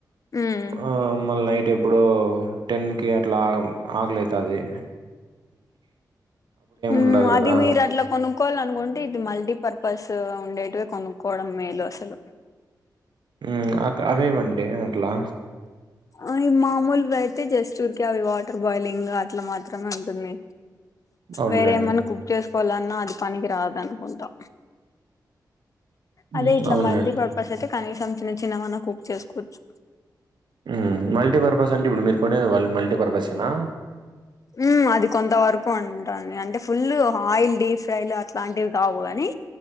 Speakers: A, on the left; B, on the right.
A: మ్మ్
B: ఆ మళ నైట్ అంటే ఎప్పుడో టెన్ కి అట్లా ఆకలి అయితది
A: మ్
B: ఉండదు
A: అది
B: కదా
A: మీరు అట్లా కొనుక్కోవాల అనుకుంటే ఇది మల్టీ పర్పస్ ఉండేటవి కొనుక్కోవడం మేలు అసలు
B: మ్ అక్క అవేవండి అట్లా
A: అది మామూలు అయితే జస్ట్ ఉరికే అవి వాటర్ బాయిలింగ్ అట్లా మాత్రమే ఉంటుంది.
B: అవునులేండి
A: వేరేమన్నా కుక్ చేసుకోవాలన్నా అది పనికి రాదనుకుంటా అదే
B: ఉమ్,
A: ఇట్లా
B: అవునులేండి
A: మల్టీ పర్పస్ అయితే కనీసం చిన్న చిన్న అన్న కుక్ చేసుకోవచ్చు.
B: మ్ మల్టీపర్పస్ అంటే ఇప్పుడు మీరు కొనేది వాళ్లు మల్టీపర్పసేనా?
A: మ్ అది కొంత వరకు ఉంటుంది అంటే ఫుల్ ఆయిల్ డీప్ ఫ్రైలు అట్లాంటివి కావు గాని